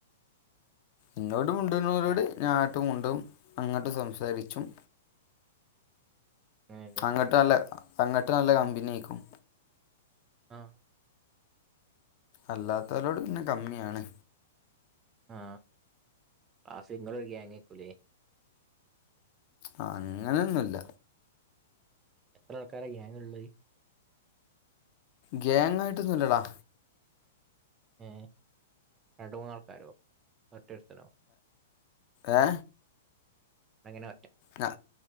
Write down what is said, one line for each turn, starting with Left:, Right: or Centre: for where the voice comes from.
Left: ഇന്നോട് മുണ്ടരോട്
Right: ആ
Left: ഞാട്ടും മുണ്ടും അങ്ങോട്ട് സംസാരിച്ചും
Right: അങ്ങനെല്ലേ
Left: അങ്ങട്ട് നല്ല അങ്ങട്ട് നല്ല കമ്പനി ആയിരിക്കും
Right: ആ
Left: അല്ലാത്തവരോട് പിന്നെ കമ്മിയാണ്.
Right: ആ! ആ സിംഗലൊരു ഗ്യാങ കുലെ
Left: ആ അങ്ങനെയൊന്നുമല്ല!
Right: എത്ര ആൾക്കാരാ ഗ്യാങ്ങിൽ ഉള്ളത്?
Left: ഗേങ്ങ ആായിട്ടൊന്നുംല്ലടാ
Right: ഏ രണ്ട് മൂന്നാൾക്കാരോ? ഒറ്റരുത്താനോ?
Left: ഏ?
Right: അങ്ങനെ
Left: ഞ